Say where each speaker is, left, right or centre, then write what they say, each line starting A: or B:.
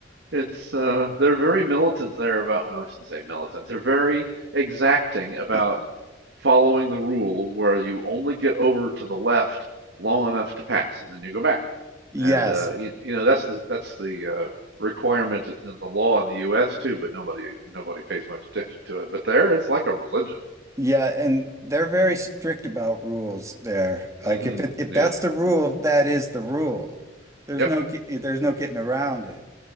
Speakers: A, on the right; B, on the right.
A: It's uh, they're very militant there about, well, I shouldn't say militant. They're very exacting about
B: Y-
A: following the rule where you only get over to the left long enough to pass, and then you go back.
B: Yes.
A: And uh, you, you know that's the that's the uh, requirement in the law in the U.S. too, but nobody nobody pays much attention to it. But there, it's like a religion.
B: Yeah, and they're very strict about rules there.
A: mm
B: Like
A: hmm
B: if it if
A: Yep.
B: that's the rule, that is the rule. There's
A: Yep.
B: no ge- there's no getting around it.